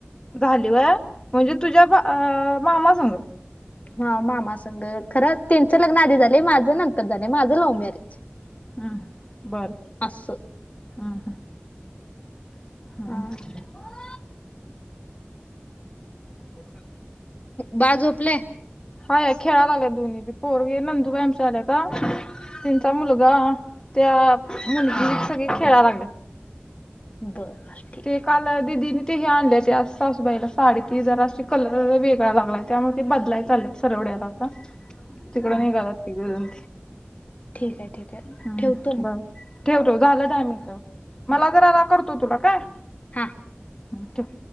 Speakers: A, on the left (about 15°); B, on the left (about 35°).
A: झाली व्हय म्हणजे तुझ्या भा आ मामा संग
B: ह मामा संघ खरं ते लग्न आध झाले माझं नंतर झालं माझं लव्ह मॅरेज
A: ह बर
B: असं
A: ह ह ह
B: हा
A: फक्त
B: बाळ झोपलय
A: हा खेळायला लागलेत दोन्ही ब पोरगे नंदुबाई आमच्या आल्याता त्यांचा मुलगा त्या मुलगी सगळे खेळायला लागल्या.
B: बरं ठीक आहे
A: ते काळ दिदी ते हे आणले ते अस सासूबाईला साडी ती जरा अशी कलर वेगळा लागलाय त्यामुळे ते बदलाय चालयात सरवड्याला आता तिकड
B: हा
A: निघाल्यात तिघ जण
B: ठीक आहे ठीक आहे
A: हम्म
B: ठेवतो मग.
A: बर ठेव ठेव झालं दहा मिनटं मला
B: हा
A: जरा ना कर तो तुला काय
B: हा
A: ह ठेव